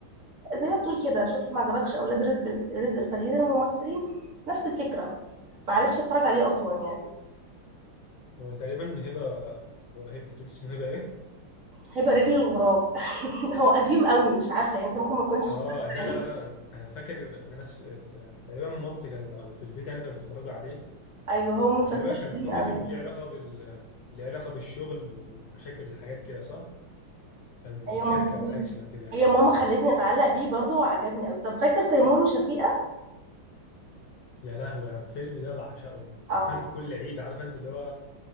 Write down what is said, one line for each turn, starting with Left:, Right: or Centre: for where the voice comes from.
Right: زي ما بتقول كده شفت ما عجبكش اولاد رزق رزق لتغيير الممثلين نفس الفكره ما عرفتش اتفرج عليه اصلا يعني
Left: هو تقريبا هبه هو هبه انت قلت اسمه هبه ايه
Right: هيبقى رجل الغراب <laughs> هو قديم قوي مش عارفه يعني انت ممكن ما كنتش
Left: اه
Right: اتفرجت
Left: ده
Right: عليه
Left: لا لا لا، انا فاكر ان انا س- تقريبا مامتي كان- او في البيت يعني كانوا بيتفرجوا عليه
Right: ايوه هو مسلسل
Left: هو تقريبا كان
Right: قديم
Left: كوميدي
Right: قوي
Left: وليه علاقه بال ليه علاقه بالشغل ومشاكل الحاجات كده صح؟ كان بيبقى
Right: ايوه
Left: في شركه
Right: مظبوط
Left: او حاجه شبه كده يعني
Right: هي ماما خلتني اتعلق بيه برضو وعجبني قوي طب فاكر تيمور وشفيقه
Left: يا لهوي انا الفيلم ده بعشقه حرفيا
Right: اه
Left: كل عيد عارف انت اللي هو